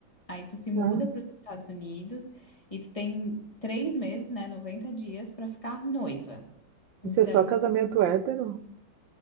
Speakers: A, on the left; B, on the right.
A: aí tu se muda
B: aham.
A: para os Estados Unidos e tu tem três meses, né, 90 dias para ficar noiva. Então,
B: Isso é só
A: né,
B: casamento hétero?